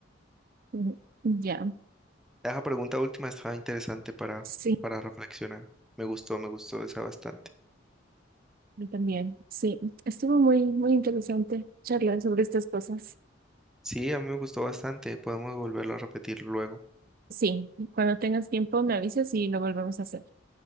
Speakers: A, on the right; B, in the centre.
A: Ujú, Ya,
B: Esa pregunta última estaba interesante para,
A: Sí,
B: para reflexionar. Me gustó, me gustó esa bastante.
A: yo también. Sí, estuvo muy, muy interesante charlar sobre estas cosas.
B: Sí, a mí me gustó bastante. Podemos volverlo a repetir luego.
A: Sí, cuando tengas tiempo me avisas y lo volvemos a hacer.